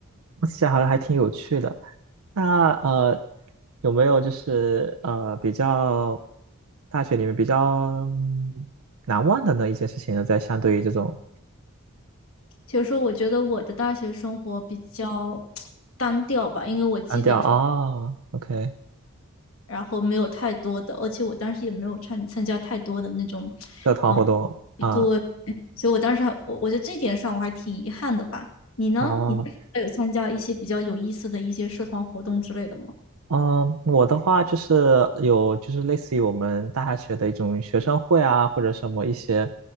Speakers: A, on the right; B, on the left.
A: 我这好像还挺有趣的。那呃，有没有就是呃比较大学里面比较嗯难忘的呢一件事情呢？在相对于这种
B: 所以说，我觉得我的大学生活比较 <tsk> 单调吧，因为我基本
A: 单调啊，OK，
B: 然后没有太多的，而且我当时也没有参参加太多的那种，
A: 社团活动啊，
B: 嗯，对，所以我当时还我我觉得这点上我还挺遗憾的吧。你呢？
A: 哦，
B: 你还有参加一些比较有意思的一些社团活动之类的吗？
A: 嗯，我的话就是有，就是类似于我们大学的一种学生会啊，或者什么一些